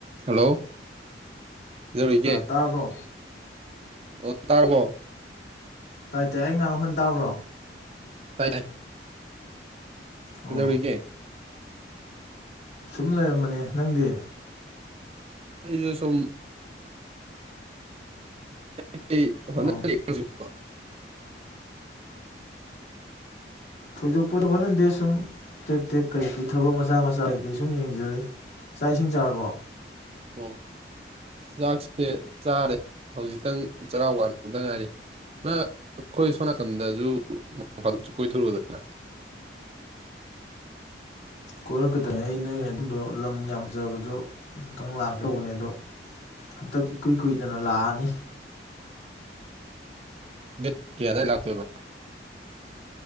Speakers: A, on the right; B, on the left.
A: ꯍꯜꯂꯣ ꯀꯩꯗꯧꯔꯤꯒꯦ
B: ꯇꯥꯔꯕꯣ
A: ꯂ ꯇꯔꯔꯕꯣ
B: ꯇꯥꯏ ꯇꯥꯏ ꯑꯩ ꯉꯥꯡ ꯐꯣꯟ ꯇꯥꯕ꯭ꯔꯣ
A: ꯇꯥꯏ ꯇꯥꯤ
B: ꯑꯣ
A: ꯏꯗꯧꯔꯒꯦ
B: ꯁꯨꯝ ꯂꯩꯔꯝꯕꯅꯤ ꯅꯪꯗꯤ
A: ꯑꯩꯁꯨ ꯁꯝ <unintelligible>
B: ꯑꯣ ꯊꯣꯏꯗꯣꯛꯄꯗꯤ ꯍꯣꯠꯅꯗꯦ ꯁꯨꯝ ꯇꯦꯛ ꯇꯦꯛ ꯀꯩꯀꯩ ꯊꯕꯛ ꯃꯆꯥ ꯃꯆꯥ ꯀꯩꯀꯩ ꯁꯨꯝ ꯌꯦꯡꯖꯔꯤ ꯆꯥꯛ ꯏꯁꯤꯡ ꯆꯥꯔꯕꯣ
A: ꯍ ꯆꯥꯛꯁꯦ ꯆꯥꯔꯦ ꯍꯧꯖꯤꯛꯇꯪ ꯆꯔꯥꯋꯥꯟꯕꯗ ꯉꯥꯏꯔꯤ ꯑꯩꯈꯣꯏ ꯁꯣꯝ ꯅꯥꯀꯟꯗꯁꯨ ꯃꯥꯁꯨ ꯀꯣꯏꯊꯔꯨꯗꯅ
B: ꯀꯣꯏꯔꯛꯀꯗꯣꯏꯅꯤ ꯑꯩ ꯅꯣꯏ ꯑꯗꯨꯗꯣ ꯂꯝ ꯌꯥꯝꯖꯕꯗꯣ ꯑꯨꯛꯇꯪ ꯂꯥꯛꯀ ꯇꯧꯕꯅꯦ ꯑꯗꯣ ꯍꯟꯇꯛ ꯏꯀꯨꯏ ꯀꯨꯏꯗꯅ ꯂꯥꯛꯑꯅꯤ
A: ꯠ ꯀ ꯑꯗ ꯂꯥꯇꯋꯕ